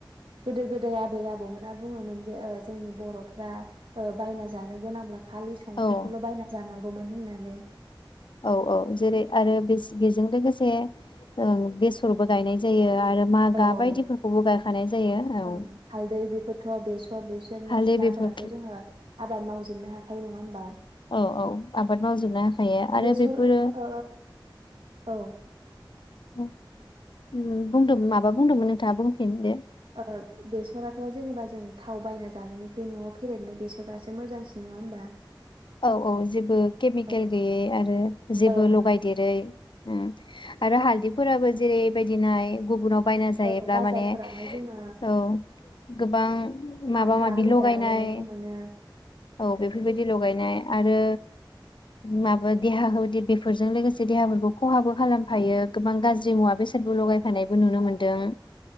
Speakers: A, on the right; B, on the left.
A: गोदो गोदाय आबै आबौमोना बुङोमोन। ओ जोंनि बर'फ्रा ओ बायना जानो गोनां खालि संख्रिखौल'
B: औ
A: बायना जानांगौमोन होननानै।
B: औ औ जेरै आरो बेजों लोगोसे ओं बेसरबो गायनाय जायो। आरो मागा
A: औ औ
B: बायदिफोरखौबो गायखानाय जायो औ
A: ओं हालदै बेफोरथ' बेसर बेसर
B: हालदै
A: मस्लाफोराथ'
B: बेफोरखौ
A: जोङो आबाद मावजोबनो हा खाइ नङा होमबा?
B: औ औ आबाद मावजोबनो हाखायो आरो
A: बेसर
B: बेफोरो
A: ओ औ
B: बुं उम बुंदोंमोन माबा बुंदोंमोन नोंथाङा बुंफिनदो?
A: ओ बेसराथ' जेनेबा जों थाव बायना जानायनिख्रुय न'आव फेरेननाय बेसरासो मोजांसिन नङा होमबा?
B: औ औ जेबो केमिकेल
A: औ
B: गैयै आरो जेबो
A: ओं
B: लगायदेरै
A: ओं
B: उम आरो हालदैफोराबो जेरैबायदि नाय गुबुनाव बायना जायोब्ला
A: औ बाजारफोरावहाय
B: माने
A: जोङो
B: औ गोबां माबा
A: आथा
B: माबि
A: मैदा
B: लगायनाय
A: लगायनायखौ मोनो
B: औ बेफोरबायदि लगाय ए आरो माबा देहा बेफोरजों लोगोसे देहाफोरखौ खहाबो खालामफायो गोबां गाज्रि मुवा बेसादबो लगायफानायबो नुनो मोनदों।